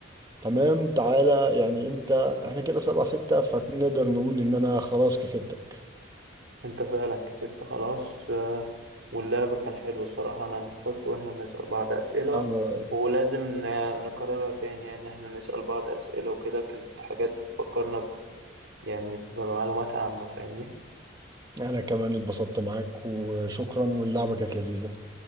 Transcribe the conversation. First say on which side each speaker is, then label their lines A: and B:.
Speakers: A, on the right; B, on the right.
A: تمام تعالى يعني انت احنا كده سبعة ستة فنقدر نقول ان انا خلاص كسبتك
B: انت فعلا كسبت خلاص آه واللعب كان حلو الصراحة انا انبسطت واحنا بنسأل بعض أسئلة
A: انا
B: ولازم ن- نكررها تاني يعني احنا نسأل بعض أسئلة وكده كانت حاجات بتفكرنا ب- يعني بمعلومات عامة فاهمني
A: انا كمان اتبسطت معاك وشكرا واللعبة كانت لذيذة